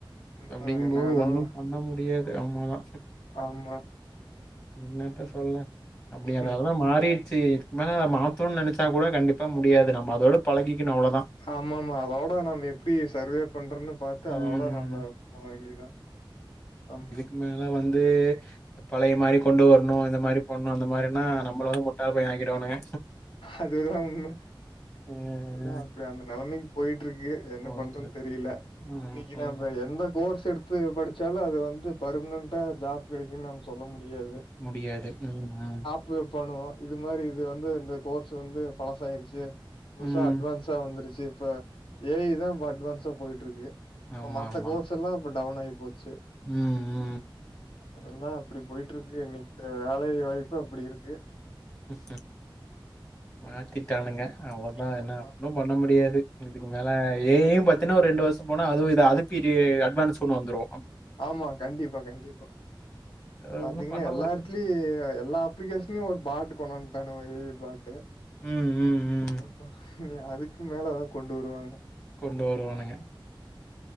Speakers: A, on the left; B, on the left.
A: இன்னும்
B: அப்டிங்கு
A: என்ன
B: போது
A: வேணாலும்
B: ஒண்ணு பண்ண முடியாது அம்மாதா
A: ஆமா.
B: என்னத்த சொல்ல அப்டி அதனாலதா
A: ம்.
B: மாறி ச்சு இதுக்கு மேல மாத்தணுனு நெனச்சா கூட கண்டிப்பா முடியாது நம்ம அதோடு பழகிக்கணு அவ்ளோதா
A: ஆமாமா அதோட நம்ம எப்டி சர்வே பண்றண்ணு பாத்து
B: ம்.
A: அதோட நம்ம போ வேண்டியதா ஆமா
B: இனிமேலலா வந்து பழைய மாரி கொண்டு வரணு இந்த மாத்ரி பண்ணணு அந்த மாத்ரினா நம்மளோரு முட்டாள பயோ ஆக்கிடுவானுங்க
A: அதுதான் உண்ம
B: ம்.
A: எல்லா அப்டி அந்த நெலமைக்கு போயிட்டுருக்கு என்ன
B: போயிட்டு
A: பண்றுதுன்னு தெரில
B: ம்
A: இன்னக்கீ
B: ஆமா
A: நம்ம எந்த கோர்ஸ் எடுத் த்து படுச்சாலு அது வந்து பர்மனன்டா ஜாப் கெடக்குன்னு நம் சொல்ல முடியாது
B: முடியாது ம் அ
A: இப்ப பண்ணுவோ இது மாரி இது வந்து இந்த கோர்ஸ் வந்து பழசாயிர்ச்சு புதுசா
B: ம்
A: அட்வான்ஸா வந்துருச்சு இப்ப ஏயி தா இப்ப அட்வான்ஸா போயிட்டுருக்கு இப்ப
B: ஆமா
A: மத்த
B: ஆமா
A: கோர்ஸ் எல்லா இப்ப டவுன் ஆயி போச்சு
B: ம் ம்
A: அதெல்லா அப்டி போயிட்டுருக்கு இன்னைக்கு வேலை வாய்ப்பு அப்டியிருக்கு
B: ம்ம் மாத்திட்டானுங்க
A: ம்.
B: அவ்ளோதா என்னா
A: ஆமா.
B: ஒண்ணு பண்ண முடியாது இதுக்கு மேல ஏ ய்யு பாத் இன்ன ஒரு ரெண்டு வருஷோ போனா அது இது அதுக்கிது அட்வான்ஸ் ஒன்னு வந்துடு
A: ஆமா கண்டிப்பா கண்டிப்பா
B: அது
A: பாத்தீங்கன்னா
B: ஒன்னு பண்ண
A: எல்லா
B: முடியாது
A: எடத்திலி எல்லா அப்ளிகேஷன் டீ ஒரு பாட்டு கொண்டு வந்துட்டானுங்கோ ஏ ய் பாட்டு
B: ம் ம் ம்
A: அப்பா இனி அதுக்கு மேலதா கொண்டு வருவாங்கே
B: கொண்டு வருவானுங்க